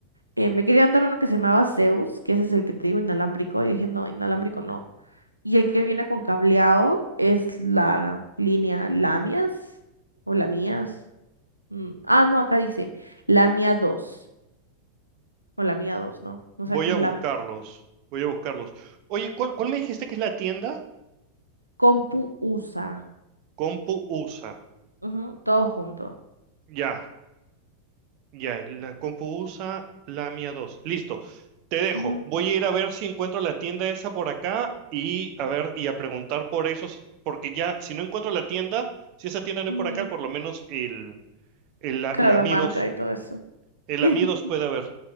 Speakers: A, on the right (about 80°); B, on the right (about 45°).
A: eh, me querían dar uno que se llamaba Zeus, que ese es el que te digo inalámbrico, y dije, no, inalámbrico no. Y el que viene con cableado es la línea Lamias o Lamias. mm, Ah, no, acá dice Lamia dos o Lamia dos ¿no? No
B: Voy
A: sé a quién
B: a buscarlos.
A: lame.
B: Voy a buscarlos. Oye, ¿cuál, cuál me dijiste que es la tienda?
A: Compu USA.
B: Compu USA.
A: ujú, todo junto.
B: Ya, ya. La Compu USA Lamia 2. Listo. Te dejo.
A: ujú,
B: Voy a ir a ver si encuentro la tienda esa por acá y a ver y a preguntar por esos, porque ya, si no encuentro la tienda, si esa tienda no
A: ujú.
B: hay por acá, por lo menos el, el la,
A: Claro,
B: la
A: la
B: Mi
A: marca
B: 2.
A: y todo eso.
B: El
A: <laughs>
B: Amidos puede haber.